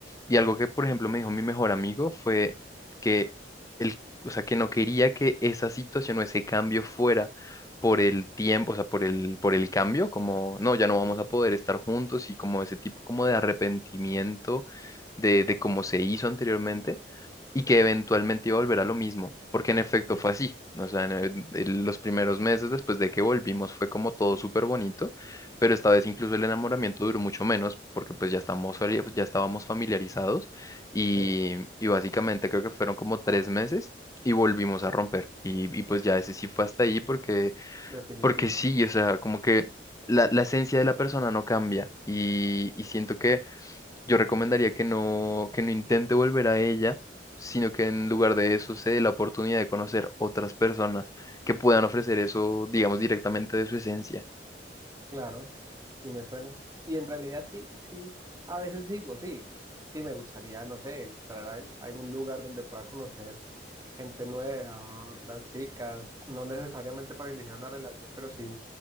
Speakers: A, on the left; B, on the right.
A: Y algo que, por ejemplo, me dijo mi mejor amigo fue que él, o sea, que no quería que esa situación o ese cambio fuera por el tiempo, o sea, por el, por el cambio, como, no, ya no vamos a poder estar juntos y como ese tipo como de arrepentimiento de, de cómo se hizo anteriormente y que eventualmente iba a volver a lo mismo, porque en efecto
B: Sí.
A: fue así. O sea, en, en- en los primeros meses después de que volvimos fue como todo súper bonito, pero esta vez incluso el enamoramiento duró mucho menos porque pues ya estamos, fali- ya estábamos familiarizados y,
B: Sí,
A: y básicamente creo que fueron como tres meses y volvimos a romper. Y, y pues ya ese sí fue hasta ahí porque,
B: definitivo.
A: porque sí, o sea, como que la, la esencia de la persona no cambia y, y siento que... Yo recomendaría que no, que no intente volver a ella, sino que en lugar de eso se dé la oportunidad de conocer otras personas que puedan ofrecer eso, digamos, directamente de su esencia.
B: Claro, y me suena. Y en realidad sí, sí, a veces digo, sí, sí, me gustaría, no sé, entrar a algún lugar donde pueda conocer gente nueva, otras chicas, no necesariamente para iniciar una relación, pero sí